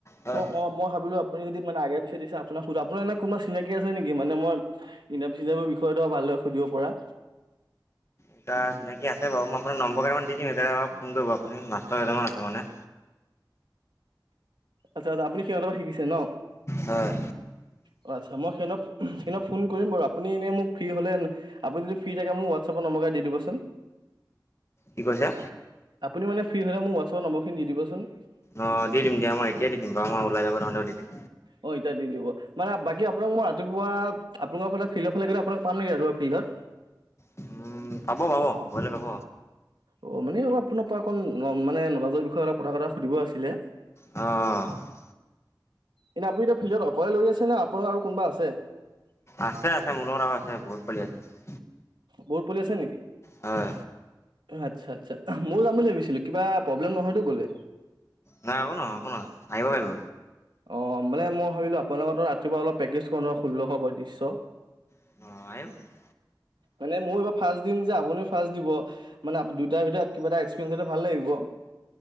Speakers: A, on the left (about 35°); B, on the right (about 80°).
A: হয়
B: অ' অ' মই ভাবিলো আপুনি যদি মানে আগে পিছে দিছে আপোনাক সুধ, আপোনাৰ এনে কোনোবা চিনাকি আছে নেকি, মানে মই ইণ্টাৰভিউ চিণ্টাৰভিউ বিষয়েটো ধৰা ভালদৰে সুধিব পৰা?
A: এটা চিনাকী আছে বাৰু, মই আপোনাৰ নম্বৰ কেইটামান দিম। দিম এ আকৌ ফোন কৰিব আপুনি, মাষ্টৰ কেইটামান আছে মানে।
B: আচ্ছা, আচ্ছা আপুনি সিহঁতৰ পা শিকিছে ন?
A: হয়
B: অঁ আচ্ছা মই হে‌ঁহেতক সেইদিনা ফোন কৰিম বাৰু, আপুনি এনে মোক ফ্ৰী হ'লে আপুনি যদি ফ্ৰী থাকে মোক হোৱাটছাপত নম্বকগিতা দি দিবচোন।
A: কি কৈছা?
B: আপুনি মানে ফ্ৰী হ'লে মোক হোৱাটছাপৰ নম্বৰখিনি দি দিবাচোন।
A: অ' দি দিম দিয়া, মই এতিয়া দি দিম বাও মই ওলাই যাব নোৱাৰিলেও দি দিম।
B: অ' এতিয়া দি দিব, মানে বাকী আপোনাক মই ৰাতিপুৱা। আপোনালোকৰ ফালে ফিল্ডৰ ফালে গ'লে আপোনাক পাম নেকি, ৰাতিপুৱা ফিল্ডত?
A: উম' পাব, পাব, গলে পাব।
B: অঁ মানে অলপ আপোনাৰ পা অকণ মানে নলাজৰ বিষয়ে অলপ কথা চথা সুধিব আছিলে।
A: অ' অ'।
B: এনে আপুনি এতিয়া ফিল্ডত অকলে দৌৰি আছে নে আপোনি আৰু কোনবা আছে?
A: আছে আছে মোৰ লগত আৰু আছে, বহুত পোৱালি আছে।
B: বহুত পোৱালি আছে নেকি?
A: হয়
B: আচ্ছা, আচ্ছা মইও যাম বুলি ভাবিছিলো, কিবা প্ৰব্লেম নহয়তো গলে।
A: নাই একো নহয়, একো নহয় আহিব পাৰিব।
B: অ মানে মই ভাবিলো আপোনাৰ লগতো ৰাতিপুৱা অলপ প্ৰেকস্তীচ কৰো ন ষোল্লশ বয়ত্ৰিছশ।
A: <unintelligible>
B: মানে মোৰ এইবাৰ ফাৰ্ষ্ট দিম যে আপুনিও ফাৰ্ষ্ট দিব মানে দুইটাৰ ভিতৰত কিবা এটা এক্সপিৰিয়েঞ্চ হ'লে ভাল লাগিব।